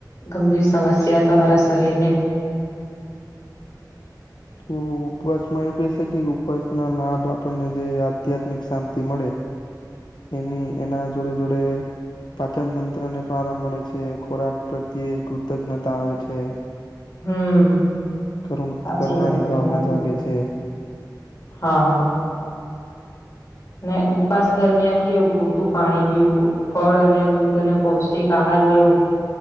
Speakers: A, on the left; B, on the left.
A: ગંભીર સમસ્યા તમારા શરીરને,
B: તો ઉપવાસ માં એવું કહી શકીએ કે, ઉપવાસ ના લાભ આપણને જે આધ્યાત્મિક શાંતિ મળે એની એના જોડે જોડે પાચન તંત્ર ને પણ આરામ મળે છે, ખોરાક પ્રત્યે કૃતજ્ઞતા આવે છે
A: હમ
B: કરુ
A: સાચી
B: કરુણાની
A: વાત છે
B: ભાવના
A: તમારી.
B: જાગે છે.
A: હા. ને ઉપવાસ દરમિયાન કેવું, પૂરતું પાણી પીવું ફળ અને દૂધ અને પૌષ્ટિક આહાર આહાર લેવો,